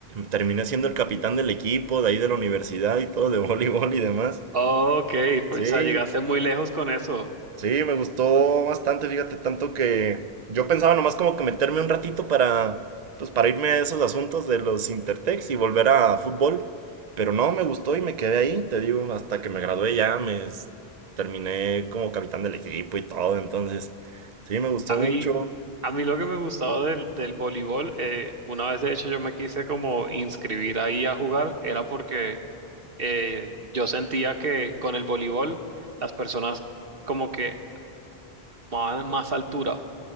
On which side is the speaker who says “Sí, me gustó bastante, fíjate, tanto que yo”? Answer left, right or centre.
Right